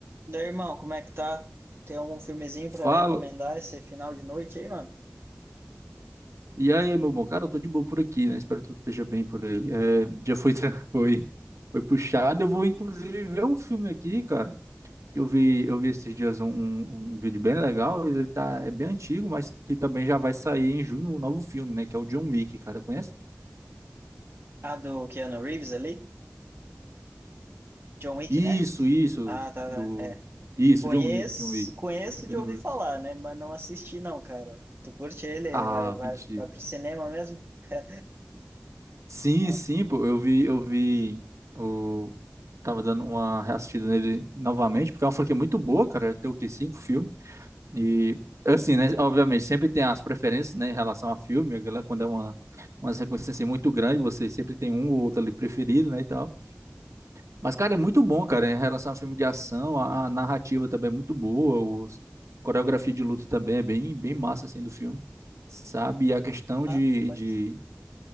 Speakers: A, on the right; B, on the right.
A: Daí, irmão, como é que tá? Tem algum filmezinho pra
B: Fala.
A: recomendar esse final de noite aí, mano?
B: E aí, meu bom? Cara, eu tô de boa por aqui, né? Espero que tu esteja bem por aí. É, já foi, tra- <laughs> foi, foi puxado. Eu vou, inclusive, ver um filme aqui, cara. Eu vi, eu vi esses dias um, um- um vídeo bem legal. Ele tá, é bem antigo, mas que também já vai sair em junho um novo filme, né? Que é o John Wick, cara. Conhece?
A: Ah, do Keanu Reeves ali? John Wick,
B: Isso,
A: né?
B: isso.
A: Ah, tá,
B: Do...
A: tá, é.
B: Isso,
A: Conheço,
B: John Wick, John Wick.
A: conheço
B: Keanu
A: de ouvir
B: Reeves.
A: falar, né? Mas não assisti não, cara. Tu curte ele?
B: Ah,
A: Vai, vai,
B: mentira.
A: vai pro cinema mesmo? <laughs>
B: Sim,
A: Rapaz,
B: sim, pô, eu vi, eu vi o tava dando uma reassistida nele novamente, porque é uma franquia muito boa, cara, tem o quê? Cinco filmes. E assim, né, obviamente, sempre tem as preferências, né, em relação a filme, a galera, quando é uma uma sequência assim muito grande, você sempre tem um ou outro ali preferido, né, e tal. Mas cara, é muito bom, cara, em relação a filme de ação, a, a narrativa também é muito boa, os coreografia de luta também é bem bem massa assim do filme. Sabe? E a questão
A: rapaz.
B: de, de